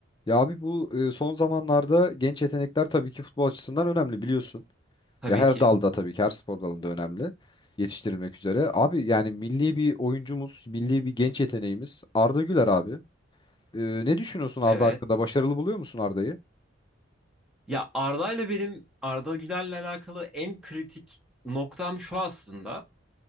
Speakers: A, on the left (about 25°); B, in the centre.
A: Ya abi bu e, son zamanlarda genç yetenekler tabii ki futbol açısından önemli biliyorsun.
B: Tabii
A: Ya her
B: ki.
A: dalda tabii ki her spor dalında önemli yetiştirilmek üzere. Abi yani milli bir oyuncumuz, milli bir genç yeteneğimiz Arda Güler abi. E, ne düşünüyorsun Arda
B: Evet.
A: hakkında? Başarılı buluyor musun Arda'yı?
B: Ya Arda'yla benim Arda Güler'le alakalı en kritik noktam şu aslında.